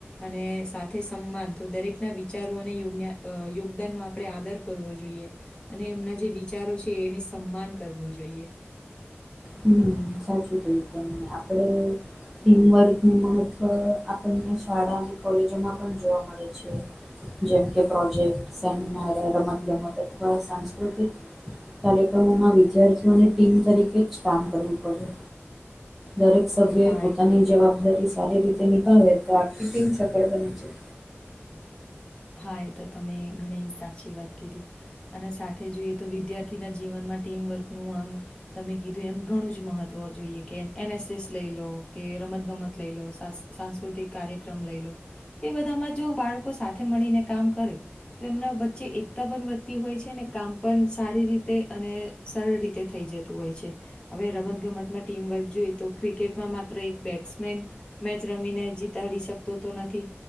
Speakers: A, on the left (about 20°); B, in the centre.
A: અને સાથે સમાન તો દરેકના વિચારો અનેયો યોગદાન નો આપ આપણે આદર કરવો જોઈએ અને એમના જે વિચારો છે એને સન્માન કરવું જોઈએ
B: હમ્મ સાચું કયું તમેં આપડે ટીમવર્કનુ મહત્વ આપણને શાળા અને કોલેજોમાં પણ જોવા મળે છે જેમ કે પ્રોજેક્ટ સેમિનાર રમત ગમત અથવા સાંસ્કૃતિક કાર્યક્રમોમાં વિદ્યાર્થીઓ અને ટીમ તરીકે કામ કરવું પડે દરેક સભ્યોએ
A: હા
B: પોતાની
A: એ તો
B: જવાબદારી સારી રીતે નિભાવે તો આ ફિટિંગ સગડ બને છે
A: હા એ તો તમે ઘણી સાચી વાત કીધી અને સાથે જોઈએ તો વિદ્યાર્થીના જીવનમાં ટીમવર્કનું આમ તમે કીધું એમ ઘણું જ મહત્વ જોઈએ કે એનએસએસ લઈ લો કે રમત ગમત લઈ લો સાંસ્કૃતિક કાર્યક્રમ લઈ લો તે બધામાં જો બાળકો સા થે મળીને કામ કરે તો એમના વચ્ચે એકતા પણ વધતી હોય છે ને કામ પણ સારી રીતે અને સરળ રીતે થઈ જતું હોય છે હવે રમતગમતમાં ટીમવર્ક જોઈએ તો ક્રિકેટમાં માત્ર એક બેટ્સમેન મેચ રમીને જીતાડી શકતો તો નથી